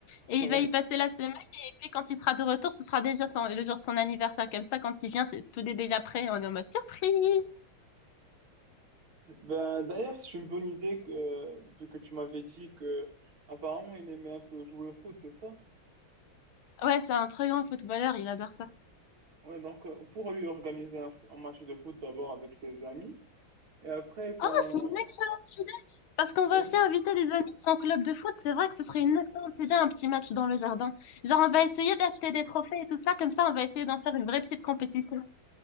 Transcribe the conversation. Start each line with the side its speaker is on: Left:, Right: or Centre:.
Left: Et il
Right: Ouais.
Left: va y passer la semaine. Et puis, quand il sera de retour, ce sera déjà son- le jour de son anniversaire. Comme ça, quand il vient, c'est tout est déjà prêt. On est en mode surprise.
Right: Ben, d'ailleurs, c'est une bonne idée que, vu que tu m'avais dit que apparemment il aimait un peu jouer au foot, c'est ça?
Left: Ouais, c'est un très grand footballeur. Il adore ça.
Right: Ouais, donc, euh, pour lui organiser un, un match de foot d'abord avec ses amis. Et après, quand.
Left: Oh, c'est une excellente idée. Parce qu'on
Right: Ouais,
Left: va aussi inviter des amis de son club de foot. C'est vrai que ce serait une excellente idée, un petit match dans le jardin. Genre, on va essayer d'acheter des trophées et tout ça. Comme ça, on va essayer d'en faire une vraie petite compétition.